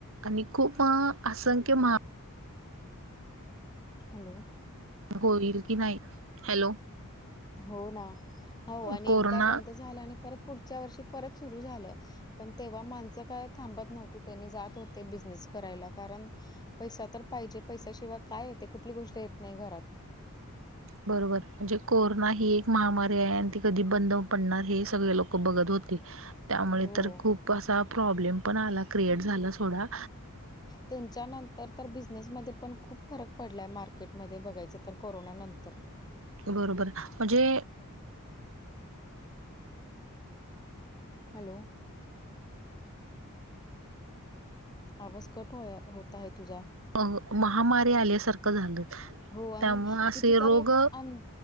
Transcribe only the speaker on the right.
आणि खूप असंख्य मा
होईलङौ की नाही हॅलो
कोरोना
बरोबर म्हणजे कोरोना ही एक महामारी आहे आणि ती कधी बंद पडणार हे सगळे लोक खूप बघत होती त्यामुळे
तर खूप असा प्रॉब्लेम पण आला क्रिएट झाला थोडा
बरोबर म्हणजे
अ महामारी आल्यासारखं झालं
त्यामु असे
रोग